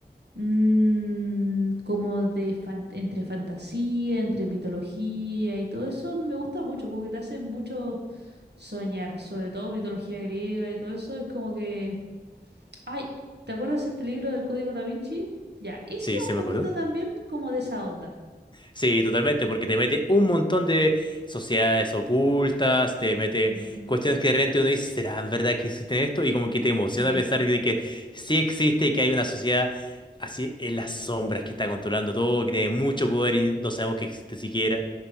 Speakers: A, on the right; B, on the left.
A: mm, como de fan- entre fantasía, entre mitología y todo eso me gusta mucho, como que te hace mucho soñar, sobre todo mitología griega y todo eso, es como que, ay, ¿te acuerdas este libro del Código Da Vinci? Ya, ese
B: sí,
A: es
B: se
A: un poquito
B: me acordó.
A: también como de esa onda.
B: Sí, totalmente, porque te mete un montón de sociedades ocultas, te mete
A: Ujú.
B: cuestiones que de repente uno dice, ¿será verdad que existe esto? Y como que te emociona
A: Sí.
B: pensar de que sí existe y que hay una sociedad así en las sombras que está controlando todo, que tiene mucho poder y no sabemos que existe siquiera.